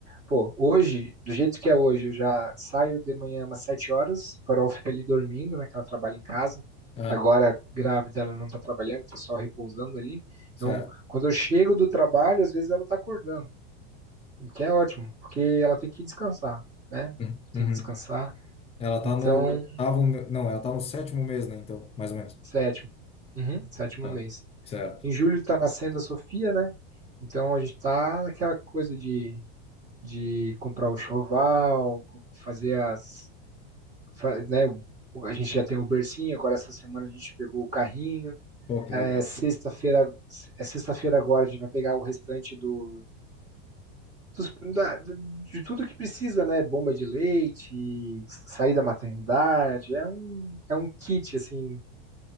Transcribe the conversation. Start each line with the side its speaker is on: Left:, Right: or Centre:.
Right: pô, hoje, do jeito que é hoje, eu já saio de manhã umas sete horas. a Carol fica ali dormindo, né, que ela trabalha em casa.
Left: Ah,
Right: Agora, grávida, ela não está trabalhando, tá só repousando ali. Então,
Left: Certo.
Right: quando eu chego do trabalho, às vezes ela está acordando, o que é ótimo, porque ela tem que descansar, né,
Left: Uhum.
Right: tem
Left: Uhum.
Right: que descansar.
Left: Ela tá
Right: Então,
Left: no oitavo, me- não, ela tá no sétimo mês, né? Então, mais ou menos.
Right: sétimo. Uhum, sétimo
Left: ah,
Right: mês.
Left: Certo.
Right: Em julho está nascendo a Sofia, né? Então a gente está naquela coisa de, de comprar o choval, fazer as. fa- Né? o- A gente já tem o bercinho, agora essa semana a gente pegou o carrinho.
Left: Pô, que
Right: É,
Left: legal.
Right: sexta-feira, é sexta-feira agora a gente vai pegar o restante do, dos- da- de tudo que precisa, né? Bomba de leite, sair da maternidade. É um, é um kit, assim,